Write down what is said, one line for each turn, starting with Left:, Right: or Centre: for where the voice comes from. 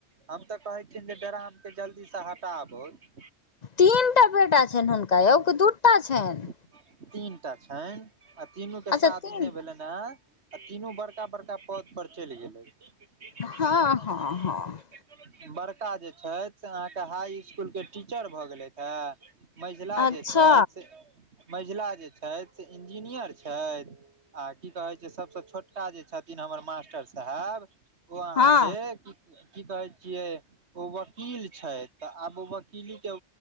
Right: हम तऽ कहै छियनि जे ड्रामके जल्दी से हटाबोथ
Left: तीन टा बेटा छैन हुनका यौ की दूटा छैन
Right: तीनटा छनि आ तीनू के
Left: अच्छा
Right: शादी
Left: तीन
Right: नहि भेलनि हें आ तीनू बड़का बड़का पद पर चलि गेलै ीदी <unintelligible>
Left: हँ
Right: टी भी लगता
Left: हँ
Right: है
Left: हँ
Right: बड़का जे छथि से अहाँके हाई स्कूल के टीचर भऽ गेलैथा मझीला
Left: अच्छा
Right: जे छथि से महिला जे छथि से इंजीनियर छथि आ की कहै छै सभसँ छोटका जे छथिन हमर मास्टर साहेब ओ अहाँके
Left: हँ
Right: की कहै छियै ओ वकील छै तऽ आब ओ वकील के